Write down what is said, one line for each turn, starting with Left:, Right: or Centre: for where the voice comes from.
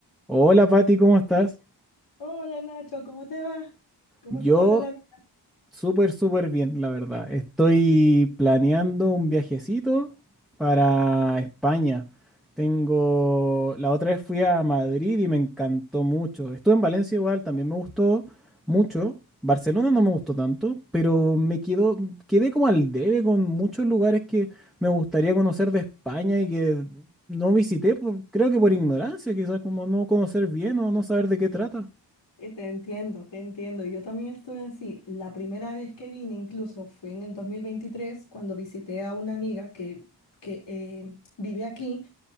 Centre: Hola Pati, ¿cómo estás?
Left: Hola Nacho, ¿cómo te va? ¿Cómo
Centre: Yo
Left: te trata la vida?
Centre: súper, súper bien, la verdad. Estoy planeando un viajecito para España. Tengo, la otra vez fui a Madrid y me encantó mucho. Estuve en Valencia igual, también me gustó mucho. Barcelona no me gustó tanto, pero me quedó, quedé como al debe con muchos lugares que me gustaría conocer de España y que no visité, por- creo que por ignorancia, quizás como no conocer bien o no saber de qué trata.
Left: Eh, Te entiendo, te entiendo. Yo también estuve así. La primera vez que vine incluso fue en el 2023 cuando visité a una amiga que, que eh, vive aquí